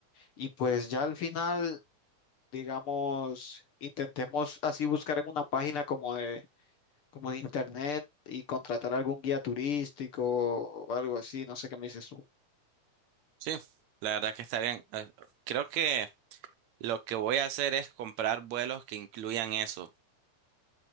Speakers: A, on the left; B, on the right.
A: Y pues ya al final, digamos, intentemos así buscar en una página como de, como de internet y contratar algún guía turístico o algo así, no sé qué me dices tú.
B: Sí, la verdad que está bien. Eh, Creo que lo que voy a hacer es comprar vuelos que incluyan eso.